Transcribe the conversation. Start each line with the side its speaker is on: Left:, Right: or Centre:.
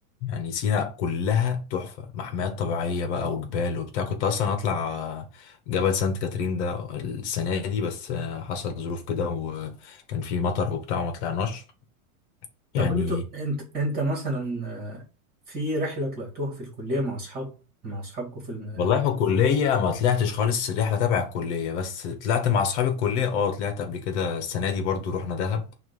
Left: يعني سينا كلها تحفة محميات طبيعية بقى وجبال وبتاع كنت اصلا هطلع جبل سانت كاترين ده السنة دي بس آه، حصل ظروف كده وكان في مطر وبتاع وما طلعناش يعني
Right: طب انتوا انت انت مثلا آه، في رحله طلعتوها في الكليه مع اصحاب مع اصحابكم في الم...
Left: والله في الكلية ما طلعتش خالص الرحلة تبع الكلية بس طلعت مع أصحاب الكلية اه طلعت قبل كده السنة دي برضو رحنا دهب